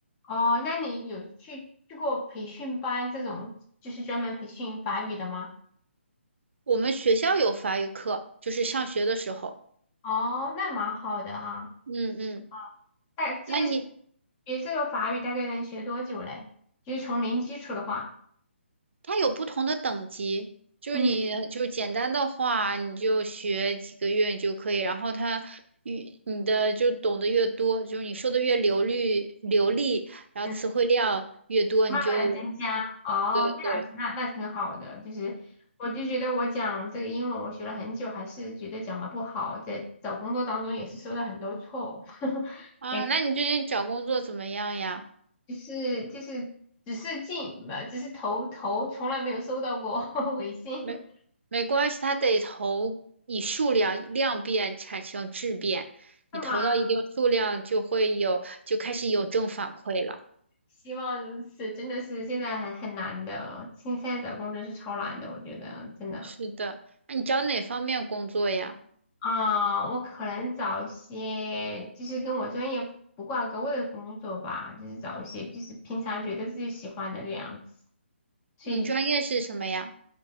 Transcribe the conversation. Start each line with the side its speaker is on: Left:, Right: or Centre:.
Left: 哦，那你有去去过培训班这种，就是专门培训法语的吗？
Right: 我们学校有法语课，就是上学的时候。
Left: 哦，那蛮好的哈。
Right: 嗯嗯，
Left: 啊，哎，其实
Right: 那你
Left: 学这个法语大概能学多久嘞？就是从零基础的话，
Right: 它有不同的等级，就是你就是简单的话，
Left: 嗯
Right: 你就学几个月你就可以，然后它越你的就懂得越多，就是你说的越流利流利，然后词汇量越多，
Left: 嗯。慢慢的增加哦，
Right: 你就对对
Left: 这样子那那挺好的。就是我就觉得我讲这个英文，我学了很久，还是觉得讲的不好，在找工作当中也是收到很多错误，<laughs>
Right: 啊。
Left: 感觉
Right: 那你最近找工作怎么样呀？
Left: 就是就是只是进呃只是投投，从来没有收到过 <laughs> 回信，
Right: 没没关系，它得投以数量量变产生质变，你投到一定数量就会有就开始有正反馈了。
Left: 是吗？希望如此，真的是现在还很难的，现在找工作是超难的，我觉得真的。
Right: 是的，那你找哪方面工作呀？
Left: 啊、我可能找一些就是跟我专业不挂钩的工作吧，就是找一些就是平常觉得自己喜欢的这样子。所以就，
Right: 你专业是什么呀？